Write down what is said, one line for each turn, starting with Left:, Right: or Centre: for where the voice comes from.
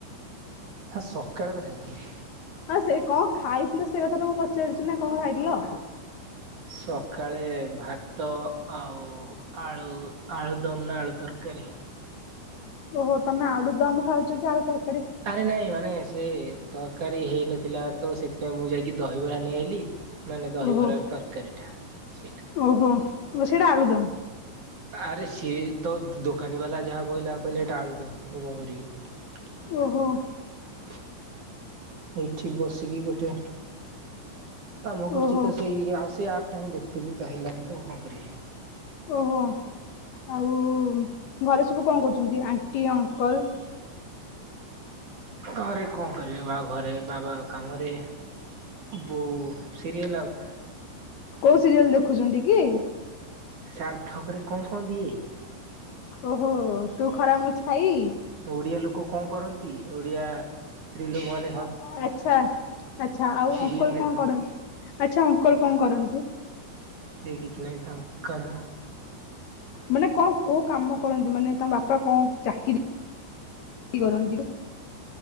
Right: ହଁ ସକାଳେ ତ ଖାଇଥିଲି।
Left: ହଁ ସେ କଣ ଖାଇଥିଲ ସେ କଥା ଟା ମୁଁ ପଚାରିଛି ନା କଣ ଖାଇଥିଲ?
Right: ସକାଳେ ଭାତ ଆଉ ଆଳୁ ଆଳୁ ଦମ୍ ନା ଆଳୁ ତରକାରୀ।
Left: ଓହୋ ତମେ ଆଳୁ ଦମ ଖାଉଚ କି ଆଳୁ ତର
Right: ଆରେ ନାଇଁ ମାନେ ସେ ତରକାରୀ ହେଇନଥିଲା ତ ସେଥିପାଇଁ ମୁଁ ଯାଇକି ଦହିବରା ନେଇଆଇଲିି। ମାନେ ଦହିବରାର
Left: ଓହୋ
Right: ତରକାରୀଟା ସେଇଟା।
Left: ଓହୋ ଓ ସେଟା ଆଳୁ ଦମ୍।
Right: ଆରେ ସିଏ ତ ଦୋ-ଦୋକାନୀ ବାଲା ଯାହା କୋଇଲା କୋଇଲେ ଏଟା ଆଳୁ ଦମ୍ ମୁଁ କଣ କରିବି।
Left: ଓହୋ
Right: ଏଇଠି ବସିକି ଗୋଟେ କାମ କରୁଚି
Left: ଓହୋ
Right: ତ ସେଇ ଆଉ ସେଇ ଆପଟା ହିଁ ଦେଖୁଥୁଲି ତ ହେଲାନି ତ ମୁଁ କଣ କରିବି?
Left: ଓହୋ ଆଉ ଘରେ ସବୁ କଣ କରୁଚନ୍ତି ଆଣ୍ଟି ଅଙ୍କଲ?
Right: ଘରେ କଣ କରିବେ ବା ଘରେ ବାବା କାମରେ ବୋଉ ସିରିଏଲ ଆଉ କଣ।
Left: କୋଉ ସିରିଏଲ ଦେଖୁଚନ୍ତି କି?
Right: ସାର୍ଥକରେ କଣ କଣ ଦିଏ?
Left: ଓହୋ ତୁ ଖରା ମୁଁ ଛାଇ?
Right: ଓଡିଆ ଲୋକ କଣ କରନ୍ତି ଓଡିଆ ସ୍ତ୍ରୀ ଲୋକମାନେ
Left: ଆ-ଆ-ଆଛା ଆଛା ଆଉ
Right: ସିରିଏଲ
Left: ଅଙ୍କଲ
Right: ଦେଖନ୍ତି।
Left: କଣ କରନ୍ ଆଛା ଅଙ୍କଲ କଣ କରନ୍ତି?
Right: ସିଏ କିଛି ନାଇଁ ତାଙ୍କ କାମ।
Left: ମାନେ କଣ କୋଉ କାମ କରନ୍ତି ମାନେ ତମ ବାପା କଣ ଚାକିରି-ଇ କରନ୍ତି?